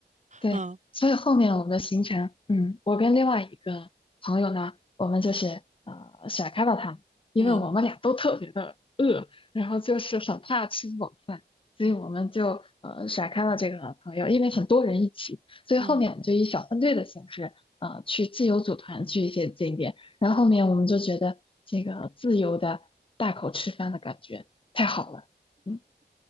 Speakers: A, on the left; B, on the right.
A: 对，
B: 嗯
A: 所以后面我们的行程，嗯，我跟另外一个朋友呢，我们就是呃甩开了他们因为我们俩都特别的饿，
B: 嗯
A: 然后就是很怕吃不饱饭，所以我们就呃甩开了这个朋友，
B: 嗯
A: 因为很多人一起，所以后面我们就以小分队的形式，
B: 嗯，
A: 呃，去自由组团去一些景点，然后后面我们就觉得这个自由的大口吃饭的感觉太好了，嗯。